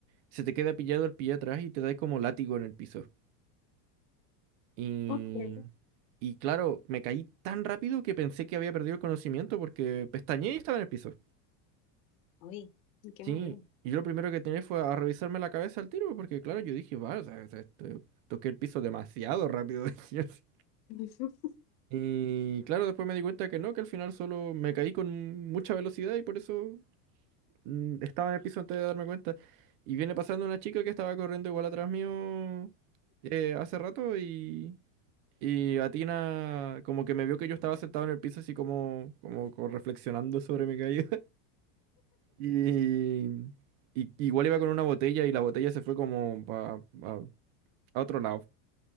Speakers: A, on the right; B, on the left.
A: se te queda pillado el pie atrás y te dais como látigo en el piso. Y,
B: Okay.
A: y claro, me caí tan rápido que pensé que había perdido el conocimiento porque pestañeé y estaba en el piso.
B: Uy, qué
A: Sí,
B: miedo.
A: y yo lo primero que tenía fue a revisarme la cabeza al tiro, porque claro, yo dije, va, o sea, o sea, to- toqué el piso demasiado rápido. <laughs> dije así.
B: <laughs>
A: Y claro, después me di cuenta que no, que al final solo me caí con mucha velocidad y por eso mm, estaba en el piso antes de darme cuenta. Y viene pasando una chica que estaba corriendo igual atrás mío eh, hace rato y, y Atina como que me vio que yo estaba sentado en el piso así como, como, como reflexionando sobre mi caída. Y, y- igual iba con una botella y la botella se fue como pa- pa- a otro lado.